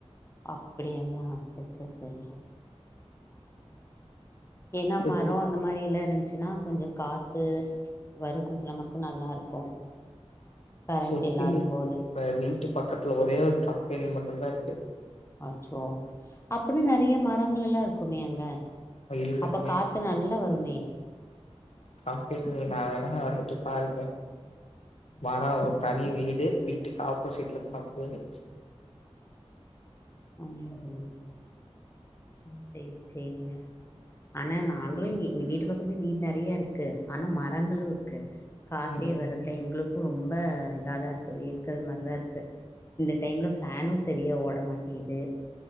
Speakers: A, on the left; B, on the left.
A: அப்படியாண்ணா செர் செர் செரி ஏனா
B: சுத்தி
A: மரோ அந்த மாரி எல்லா இருந்ச்சின்னா கொஞ்ச காத்து வரு கொஞ்ச நமக்கு நல்லாருக்கு கரண்ட்
B: சுத்தி
A: இல்லாதம் போது
B: இப்ப எ வீட்டு பக்கத்துல ஒரே ஒரு கம்பெனி மட்டுந்தா இருக்கு
A: அச்சோ அப்பன்னா நெறைய மரங்கள் எல்லா இருக்குமே அங்க
B: இல்லைங்க
A: அப்ப காத்து அ நல்லா வருமே
B: கம்பெனில நா வேணா வந்துட்டு பாருக்க தாரா ஒரு தனி வீடு வீட்டுக்கு ஆப்போசிட்ல கம்பெனி
A: ம் ஹும்
B: ம்
A: சேர் சேரிங்க ஆனா நாங்களு எங் எங்க வீட்டு பக்கத்துலயு வீடு நெறையா இருக்கு ஆனா மரங்களு இருக்கு காத்தே
B: ம்
A: வரதில்ல எங்களு க்கு ரொம்ப இதாதா இருக்கு வேர்கற மாரிதா இருக்கு இந்த டைமில ஃபேனு சரியா ஓடமாட்டிக்து